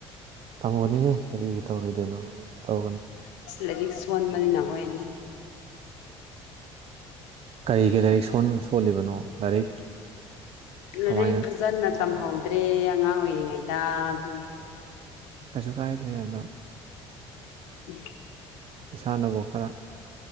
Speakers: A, on the right; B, on the left.
A: ꯇꯝꯒꯅꯤꯍꯦ ꯀꯔꯤꯒꯤ ꯇꯧꯔꯣꯏꯗꯣꯏꯅꯣ ꯇꯧꯒꯅꯤ ꯎ <inaudible>
B: ꯑꯁ ꯂꯥꯏꯔꯤꯛ ꯁꯣꯟꯕꯅꯤꯅꯀꯣ ꯑꯩꯗꯤ
A: ꯀꯩ ꯀꯩ ꯂꯥꯏꯔꯤꯛ ꯁꯣꯜꯂꯤꯕꯅꯣ ꯂꯥꯏꯔꯤꯛ
B: ꯂꯔ
A: ꯀꯃꯥꯏꯅ
B: ꯐꯖꯅ ꯇꯝꯍꯧꯗ꯭ꯔꯦ ꯑꯉꯥꯡ ꯑꯣꯏꯔꯤꯉꯩꯗ ꯑꯗꯨꯒꯤ
A: ꯀꯩꯁꯨ ꯀꯥꯏꯗꯦ ꯑꯗꯣ
B: ꯎꯝ <inaudible>
A: ꯏꯁꯥꯅꯕꯨ ꯈꯔ